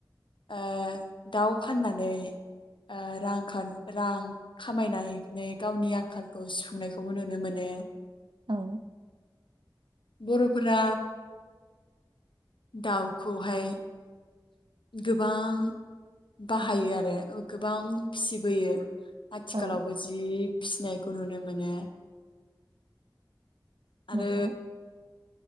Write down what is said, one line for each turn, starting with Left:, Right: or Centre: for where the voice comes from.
Left: ओ दाउ फाननानै ओ रांखान रां खामायनानै गावनि आंखालखौ सुफुंनायखौबो नुनो मोनो।
Right: औ
Left: बरफोरा दाउखौहाय गोबां बाहायो आरो गोबां फिसिबोयो आथिखालावबो
Right: औ
Left: जि फिसिनाय खौ नुनो मोनो आरो
Right: नंगौ